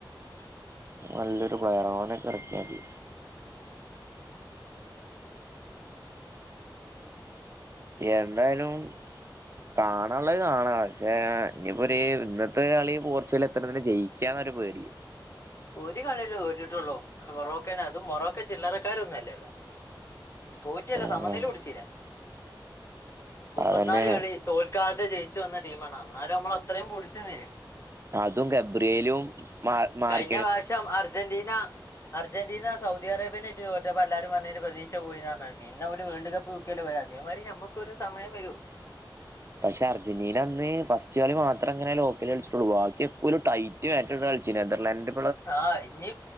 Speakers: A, on the left; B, on the right.
A: <unintelligible>
B: നല്ലൊരു പ്ലെയർ ഓനെക്കെ എറക്ക്യ തി എന്തായാലും കാണാനുള്ളത് കാണാ പക്ഷേ ഇനിപ്പോ ഒരു
A: ഉം.
B: ഇന്നത്തെ കളിയും പോർച്ചുഗല്ല് എത്രണ്ണത്തിന് ജയിക്കാന്നൊരു പേടി
A: ഒരു കളിയല്ലെ തോറ്റിട്ടുള്ളൂ? മൊറോക്കേനെ. അതും മൊറോക്ക ചില്ലറക്കാരൊന്നും അല്ലല്ലോ? തോറ്റയു അല്ല.
B: ആഹ്
A: സമനില പിടിച്ചീല്ലെ മുപ്പത്നാല്
B: അതന്നെയാണ്
A: കളി തോൽക്കാതെ ജയിച് ച്ച് വന്ന ടീമാണ്. എന്നാലു നമ്മളത്രയും പുടിച്ച്‌ നിന്നില്ലേ?
B: അതും ഗബ്രിയേലും മാ മാറി
A: ഞ്ഞ വാശം അർജന്റീന ന അർജന്റീന സൗദി അറേബ്യന്റായിട്ട് തോറ്റപ്പോ എല്ലാരും പറഞ്ഞിനേന് പ്രതീക്ഷ പോയിന്ന് പറഞ്ഞ. പിന്നെ അവര് വേൾഡ് കപ്പ് തൂക്കിയല്ലെ പോയത്. അതേമാതിരി നമുക്കൊരു സമയം വരു
B: പക്ഷെ അർജന്റീന അന്ന് പസ്റ്റ് കളി മാത്രങ്ങനെ ലോക്കല് കളിച്ചിട്ടുള്ളു. ബാക്കി ഒക്കെ ഓര് ടൈറ്റ് <unintelligible> കളിച്ച്. നെതർലാൻഡ്
A: ആഹ് ഇനി